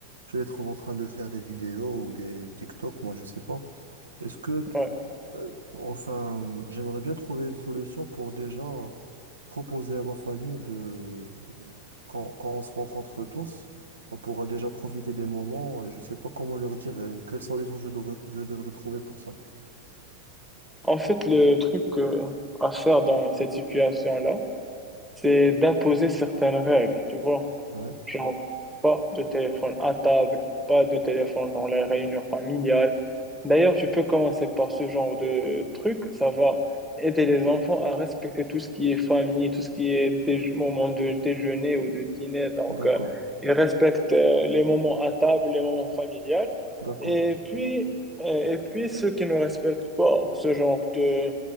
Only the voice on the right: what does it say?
Tu les trouves en train de faire des vidéos ou des TikTok, moi je sais pas. Est-ce que
euh, Enfin, j'aimerais bien trouver une solution pour déjà proposer à ma famille de euh, quand, quand on se rencontre tous, on pourra déjà profiter des moments et je sais pas comment leur dire euh, quelle solution je devrais je devrais trouver pour ça.
Ouais,
d'accord,
d'accord.